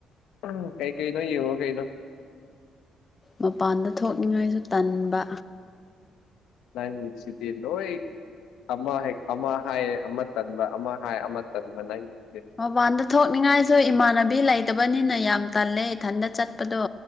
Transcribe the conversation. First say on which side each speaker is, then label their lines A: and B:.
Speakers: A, on the left; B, on the left.
A: ꯎꯝ ꯀꯩꯀꯩꯅꯣ ꯌꯦꯡꯉꯨꯔꯣ ꯀꯩꯅꯣ
B: ꯃꯄꯥꯟꯗ ꯊꯣꯛꯅꯤꯡꯉꯥꯏꯁꯨ ꯇꯟꯕ
A: ꯅꯪꯁꯤꯗꯤ ꯂꯣꯏ ꯑꯃ ꯍꯦꯛ ꯑꯃ ꯍꯥꯏꯌꯦ ꯑꯃ ꯇꯟꯕ ꯑꯃ ꯍꯥꯏ ꯑꯃ ꯇꯟꯕ ꯅꯪꯗꯤ
B: ꯃꯄꯥꯟꯗ ꯊꯣꯛꯅꯤꯡꯉꯥꯏꯁꯨ ꯏꯃꯥꯟꯅꯕꯤ ꯂꯩꯇꯕꯅꯤꯅ ꯌꯥꯝ ꯇꯜꯂꯦ ꯏꯊꯟꯇ ꯆꯠꯄꯗꯣ